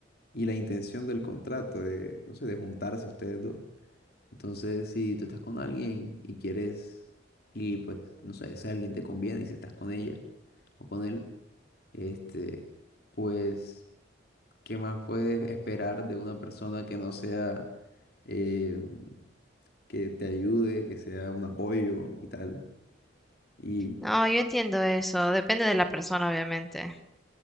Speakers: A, on the left; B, in the centre.
A: y la intención del contrato de, no sé, de juntarse ustedes dos. Entonces, si tú estás con alguien y quieres, y pues, no sé, ese alguien te conviene y si estás con ella o con él, este, pues, ¿qué más puedes esperar de una persona que no sea, eh, que te ayude, que sea un apoyo y tal? Y
B: No, yo entiendo eso, depende de la persona, obviamente.